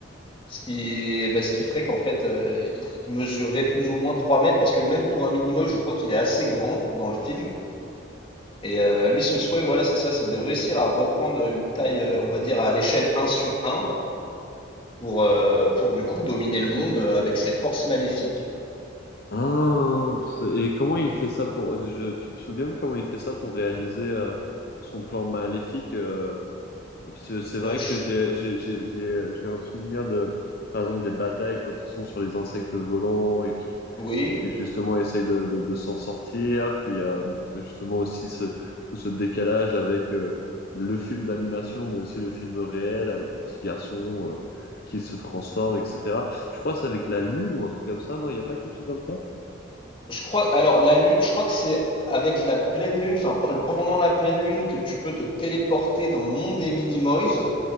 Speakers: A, on the left; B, on the left.
A: ce qui, bah, ce qui ferait qu'en fait, euh, il mesurerait plus ou moins 3 mètres, parce que même pour un mini-moche, je crois qu'il est assez grand dans le film. Et euh, lui, son souhait, voilà, c'est ça, c'est de réussir à reprendre une taille, euh, on va dire, à l'échelle un sur un, pour, euh, pour du coup dominer le monde avec ses forces maléfiques.
B: Ah, c'est- et comment il fait ça pour... je- tu te souviens de comment il fait ça pour réaliser euh, son plan maléfique? Parce que c'est vrai
A: Euh, je-
B: que j'ai j'ai j'ai j'ai j'ai un souvenir de par exemple des batailles quand ils sont sur les insectes volants et qui
A: Oui.
B: et qui justement essayent de de, de s'en sortir, qu'il y a justement aussi ce tout ce décalage avec euh, le film d'animation mais aussi le film réel avec le petit garçon euh, qui se transforme etc. Je crois que c'est avec la lune ou un truc comme ça, non, il n'y a pas quelque chose comme ça?
A: Je crois, alors la lune, je crois que c'est avec la pleine lune, enfin pe- pendant la pleine lune que tu peux te téléporter dans le monde des Minimoys.